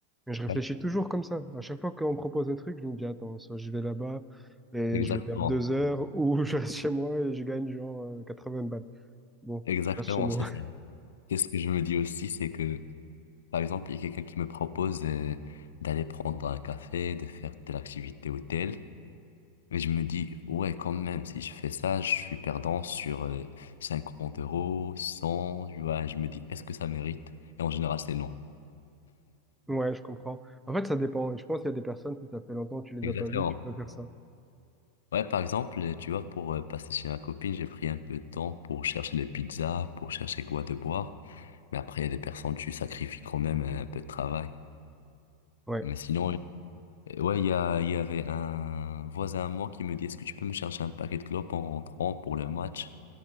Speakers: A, in the centre; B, on the left.
A: mais je réfléchis
B: Ouais,
A: toujours comme ça. À chaque fois qu'on me propose un truc, je me dis, attends, soit je vais là-bas et
B: exactement.
A: je vais perdre deux heures, <laughs> ou je reste chez moi et je gagne genre, euh, 80 balles. Bon,
B: Exactement,
A: je reste chez moi.
B: c'est ça.
A: <laughs>
B: Et ce que je me dis aussi, c'est que Par exemple, il y a quelqu'un qui me propose euh, d'aller prendre un café, de faire telle activité ou telle. Mais je me dis, ouais, quand même, si je fais ça, je suis perdant sur euh, 50 euros, 100, tu vois. Je me dis, est-ce que ça mérite? Et en général, c'est non.
A: Ouais, je comprends. En fait, ça dépend. Je pense qu'il y a des personnes, si ça fait longtemps que tu les
B: Exactement.
A: as pas vues, tu peux faire ça.
B: Ouais, par exemple, tu vois, pour euh, passer chez ma copine, j'ai pris un peu de temps pour chercher les pizzas, pour chercher quoi de boire. Mais après, il y a des personnes, tu sacrifies quand même euh, un peu de travail.
A: Ouais,
B: Mais sinon, Ouais, il y a, il y avait un voisin à moi qui me dit, est-ce que tu peux me chercher un paquet de clopes en rentrant pour le match?